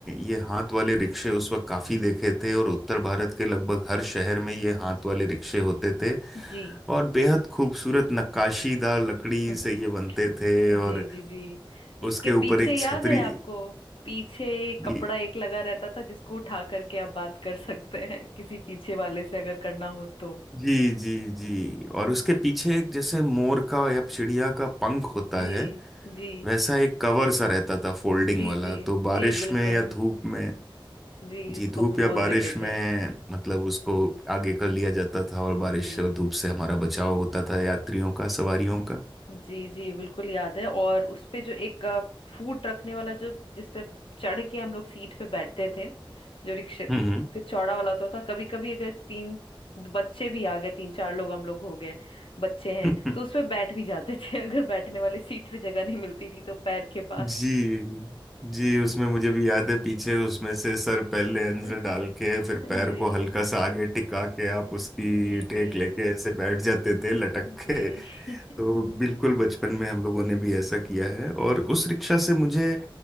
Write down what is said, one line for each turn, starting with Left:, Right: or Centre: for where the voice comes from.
Centre: ये हाथ वाले रिक्शे उस वक्त काफी देखे थे और उत्तर भारत के लगभग हर शहर में ये हाथ वाले रिक्शे होते थे
Left: जी
Centre: और बेहद खूबसूरत नक्काशीदार लकड़ी
Left: <laughs>
Centre: से ये बनते थे
Left: जी
Centre: और
Left: जी जी उसके
Centre: उसके
Left: पीछे
Centre: ऊपर एक छतरी
Left: याद है आपको पीछे
Centre: जी
Left: कपड़ा एक लगा रहता था जिसको उठा करके आप बात कर सकते हैं किसी पीछे वाले से अगर करना हो तो
Centre: जी जी जी और उसके पीछे एक जैसे मोर का या चिड़िया का पंख होता
Left: जी
Centre: है
Left: जी
Centre: वैसा एक कवर सा रहता था फोल्डिंग
Left: जी
Centre: वाला
Left: जी
Centre: तो बारिश
Left: जी बिल्कुल
Centre: में या धूप में
Left: जी
Centre: जी
Left: उसको
Centre: धूप
Left: खोल
Centre: या बारिश
Left: देते
Centre: में
Left: थे
Centre: मतलब उसको आगे कर लिया जाता था और बारिश
Left: जी
Centre: और धूप से हमारा बचाव होता था यात्रियों का सवारियों का
Left: जी जी बिल्कुल याद है और उस पे जो एक अ, फूट रखने वाला जो जिस पे चढ़ के हम लोग सीट पे बैठते थे जो रिक्शे
Centre: हम्म
Left: पे चौड़ा वाला होता था कभी कभी अगर तीन बच्चे भी आ गए तीन चार लोग हम लोग हो गए बच्चे हैं
Centre: हम्म।
Left: तो उस पे बैठ भी जाते थे <laughs> अगर बैठने वाली सीट पे जगह नहीं मिलती थी तो पैर के पास
Centre: <laughs> जी जी उसमें मुझे भी याद है पीछे उसमें से सर पहले
Left: <laughs>
Centre: अंदर डाल के फिर
Left: जी
Centre: पैर को हल्का सा आगे टिका के आप उसकी
Left: जी
Centre: टेक
Left: जी
Centre: लेके ऐसे बैठ जाते थे लटक
Left: जी
Centre: के
Left: <laughs>
Centre: तो बिल्कुल बचपन में हम लोगों ने भी ऐसा किया है और उस रिक्शा से मुझे